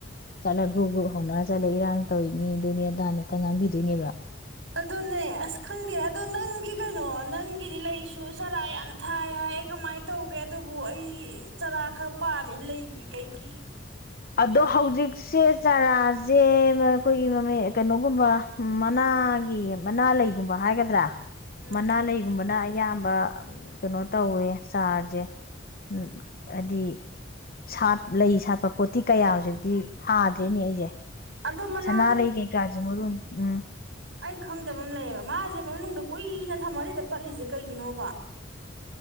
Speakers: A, on the left (about 50°); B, on the right (about 75°).
A: ꯆꯅ ꯒꯨꯞ ꯍꯧꯎꯅꯥ ꯆꯂ ꯏꯔꯥꯡ ꯇꯧꯏꯅꯤ ꯑꯗꯨꯅꯦ ꯑꯗꯥꯅ ꯍꯦꯛꯇ ꯉꯥꯡꯕꯤꯗꯣꯏꯅꯦꯕ
B: ꯑꯗꯨꯅꯦ ꯑꯁ ꯈꯪꯗꯦ ꯑꯗꯣ ꯅꯪꯒꯤ ꯀꯩꯅꯣ ꯅꯪꯒꯤꯗꯤ ꯂꯩꯁꯨ ꯆꯔꯥ ꯌꯥꯝ ꯊꯥꯏ ꯍꯥꯏꯌꯦ ꯀꯃꯥꯏꯅ ꯇꯧꯒꯦ ꯑꯗꯨꯕꯨ ꯑꯩ ꯆꯔꯥ ꯈꯔ ꯄꯥꯝꯃꯤ ꯂꯩꯒꯤ ꯀꯩꯒꯤ
A: ꯑꯗꯣ ꯍꯧꯖꯤꯛ ꯁꯦꯖꯔꯥꯖ ꯖꯦ ꯑꯩꯈꯣꯏꯒꯤ ꯃ ꯀꯩꯅꯣꯒꯨꯝꯕ ꯃꯅꯥ ꯃꯅꯥ ꯂꯩꯒꯨꯝꯕ ꯍꯥꯏꯒꯗ꯭ꯔꯥ
B: ꯎꯝ
A: ꯃꯅꯥ ꯂꯩꯒꯨꯝꯕꯅ ꯑꯌꯥꯝꯕ ꯀꯩꯅꯣ ꯇꯧꯋꯦ ꯆꯔꯁꯦ ꯎ ꯍꯥꯏꯗꯤ ꯁꯥꯠ ꯂꯩ ꯁꯥꯠꯄ ꯇꯇꯤ ꯀꯌꯥ ꯍꯧꯖꯤꯛꯇꯤ ꯊꯥꯗ꯭ꯔꯤꯅꯦ ꯑꯩꯁꯦ
B: ꯑꯗꯣ ꯃꯅꯥ
A: ꯁꯅꯥ ꯂꯩ ꯀꯩꯀꯥꯖꯃꯔꯟ ꯎꯝ
B: ꯑꯩ ꯈꯪꯗꯕ ꯑꯃ ꯂꯩꯌꯦꯕ ꯃꯥꯁꯦ ꯃꯅꯨꯡꯗ ꯀꯨꯏꯅ ꯊꯝꯃ ꯍꯦꯛꯇ ꯄꯠꯂꯤꯁꯦ ꯀꯩꯒꯤꯅꯣꯕ